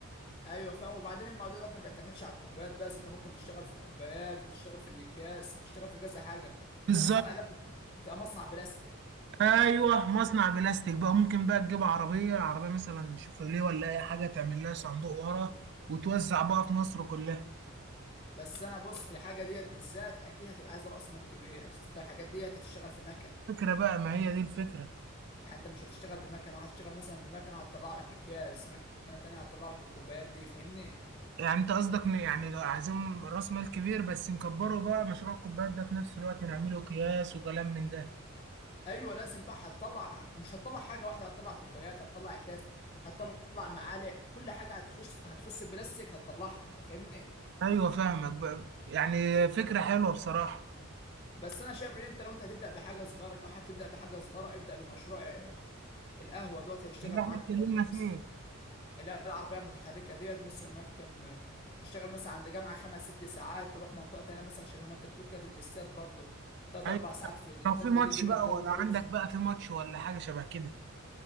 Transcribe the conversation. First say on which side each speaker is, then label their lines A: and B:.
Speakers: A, on the left; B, on the right.
A: ايوه فاهم وبعدين الموضوع ده ما بيعتمدش على الكوبايات بس انت ممكن تشتغل في الكوبايات وتشتغل في الاكياس وتشتغل في كذا حاجه
B: بالظبط
A: ما الصنع ده بت- بتبقى مصنع بلاستيك
B: ايوه مصنع بلاستيك بقى ممكن بقى تجيب عربيه عربيه مثلا شوفرليه ولا اي حاجه تعمل لها صندوق ورا وتوزع بقى في مصر كلها
A: بس انا بص الحاجه ديت بالذات اكيد هتبقى عايز راس مال كبير عشان انت الحاجات ديت هتشتغل في مكن
B: فكره بقى ما هي دي الفكره
A: يعني انت مش هتشتغل بمكنه وهتشتغل مثلا بمكنه هتطلع لك اكياس مكنه تانيه هتطلع لك الكوبايات دي فاهمني
B: يعني انت قصدك إن يعني لو عايزين راس مال كبير بس نكبره بقى مشروع الكوبايات ده في نفس الوقت نعمله اكياس وكلام من ده
A: ايوه لازم بقى هتطلع مش هتطلع حاجه واحده هتطلع كوبايات هتطلع اكياس هتطلع معالق كل حاجه هتخش هتخص البلاستيك هتطلعها انت فاهمني
B: ايوه فاهمك بقى يعني فكره حلوه بصراحه
A: بس انا شايف ان انت لو انت هتبدا بحاجه صغيره كده حابب تبدا بحاجه صغيره ابدا بمشروع آه، القهوه دوت هيشتغل
B: اللي
A: معاك
B: احنا اتكلمنا
A: كويس
B: فيه
A: لا العربيه المتحركه ديت مثل ما كم تشتغل مثلا عند جامعه خمس ست ساعات تروح منطقه تانيه مثلا شبه ما انت بتقول كده الاستاد برضه تلات
B: أيوة.
A: اربع ساعات في الاستاد
B: لو في ماتش
A: بالليل بيبقى
B: بقى
A: الجو
B: ولا
A: كويس
B: عندك بقى في ماتش ولا حاجه شبه كده